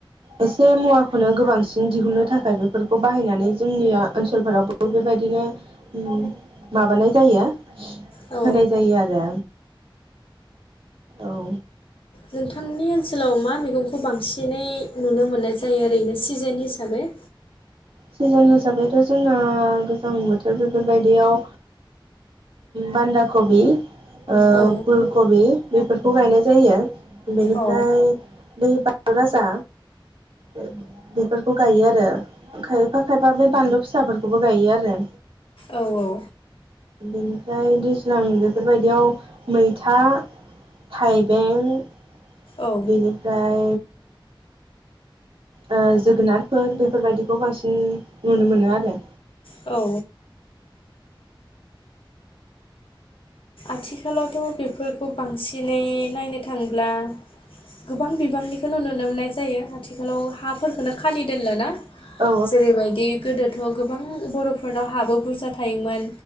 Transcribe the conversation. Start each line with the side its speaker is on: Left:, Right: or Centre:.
Right: एसे मुवाखौनो गोबांसिन दिहुननो थाखाय बेफोरखौ बाहायनानै जोंनि ओनसोलफोराव बेबायदिनो माबानाय जायो।
Left: औ
Right: होनाय जायो आरो औ
Left: नोंथांनि ओनसोलाव मा मैगंखौ बांसिनै नुनो मोननाय जायो ओरैनो सिजोन हिसाबै?
Right: सिजोन हिसाबैथ' जोंना गोजां बोथोर बेफोर बायदियाव बान्दा कबि ओ
Left: औ
Right: फुल कबि बेफोरखौ गायनाय जायो। बेनिफ्राय
Left: औ
Right: बे बानलु राजा बेफोरखौ गायो आरो। खायफा खायफा बै बानलु फिसाफोरखौबो गायो आरो।
Left: औ औ
Right: बेनिफ्राय दैज्लां बेफोर बायदियाव मैथा, थाइबें,
Left: औ
Right: बेनिफ्राय ओ जोगोनारफोर बेफोरबायदिखौ बांसिन नुनो मोनो आरो।
Left: औ आथिखालावथ' बेफोरखौ बांसिनै नायनो थांब्ला गोबां बिबांनिखौनो नुनो मोननाय जायो आ थिखालाव हाफोरखौनो खालि दोनला ना।
Right: औ
Left: जेरैबायदि गोदोथ' गोबां बर'फोरनाव हाबो बुरजा थायोमोन